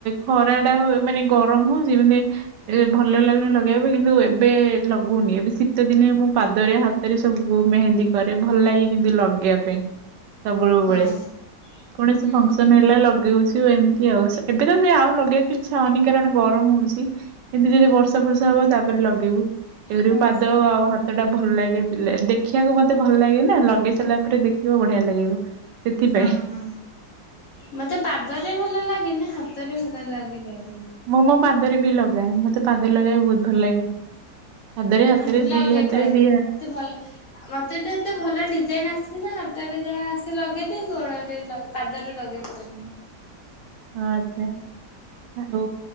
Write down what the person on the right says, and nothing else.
ଖରା ଟା ହ ମାନେ ଗରମ ହଉଛି ମାନେ ଏ ଭଲ ଲାଗୁନି ଲଗେଇବା ପାଇଁ କିନ୍ତୁ ଏବେ ଲଗଉନି ଏବେ ଶୀତ ଦିନେ ମୁଁ ପାଦରେ ହାତ ଭରେ ସବୁ ମେହେନ୍ଦୀ କରେ ଭଲ ଲାଗେ କେମତି ଲଗେଇବା ପାଇଁ। ସବୁବେଳେ
କୌଣସି
ଫଙ୍କସନ ହେଲା ଲଗେଇଉଛି ଏମ ତି ଆଉ ଏବେ ତ ଆଉ ଲଗେଇବାକୁ ଇଚ୍ଛା ହଉନି କାରଣ ଗରମ ହଉଛି। ଏମିତି ଯଦି ଫର୍ଷା ବର୍ଷା ହବ ତାପରେ ଲଗେଇବୁ ଏପରି
ପାଦ ଆଉ ହା ସେଟା ଭଲ ଲାଗେ ଦେଖିବାକୁ ମତେ ଭଲ ଲାଗେ ନା ଲଗେଇ ସାରିଲା ପରେ ଦେଖିବ ବଢିଆ ଲାଗିବ। ସେଥିପାଇଁ
ମୁଁ ମୋ ପାଦରେ ବି ଲଗାଏ ମତେ ପାଦରେ ଲଗାଇବାକୁ ବହୁତ ଭଲ ଲାଗେ। ପାଦରେ ହାତରେ
ଦି ହାତରେ ଦି
ଆଛା ଆଉ